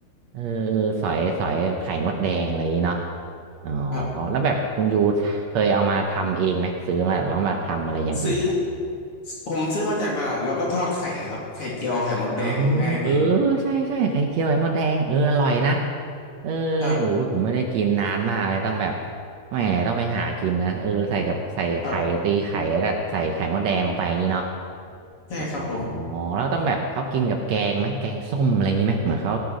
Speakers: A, on the right; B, on the left.
A: เออเออสอยสอยไข่มดแดงอะไรอย่างงี้เนาะอ๋อ
B: ครับ
A: แล้วแบบคุณยูเคยเอามาทำเองไหมซื้อมาแล้วก็มาทำอะไรอย่างอื่น
B: ซื้อผมซื้อมาจากตลาดแล้วก็ทอดไข่ครับไข่เจียวไข่มดแดงง่ายดี
A: อ๋อเออใช่ใช่ไข่เจียวไข่มดแดงเอออร่อยนะเออเนี่ยโอ้ยผมไม่ได้กินนานมากเลยต้องแบบ
B: ครับ
A: แหมต้องไปหากินนะเออใส่กับใส่ไข่ตีไข่แล้วก็ใส่ไข่มดแดงลงไปอย่างนี้เนาะ
B: ครับใช่ครับผม
A: อ๋อแล้วต้องแบบเขากินกับแกงไหมแกงส้มอะไรอย่างนี้ไหมเหมือนเขา